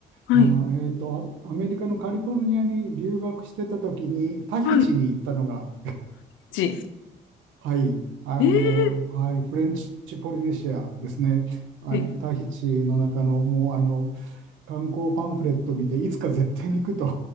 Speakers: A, on the left (about 75°); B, on the right (about 80°).
A: はい。
B: まあ、えっと、アアメリカのカリフォルニアに留学してた時に、タヒチに行ったのが、
A: はい。ち。
B: はい、あの、
A: えー、
B: はい、フレンチポリネシアですね。はい、
A: え
B: タヒチの中の、もう、あの、観光パンフレット見て、いつか絶対に行くと